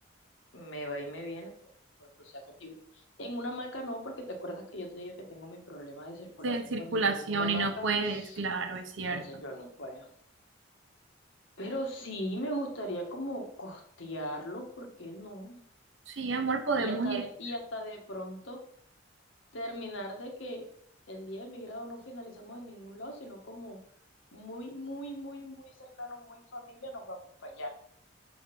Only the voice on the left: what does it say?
me va y me viene siempre y cuando sea contigo. En una hamaca no, porque te acuerdas que yo te dije que tengo mi problema de circulación
cuando duermo en una hamaca,
entonces yo no puedo. Pero sí me gustaría como costearlo, ¿por qué no?
Y hasta
de, y hasta de pronto. terminar de que el día de mi grado no finalizamos en ningún lado, sino como muy, muy, muy, muy cercano, muy familia, nos vamos para allá.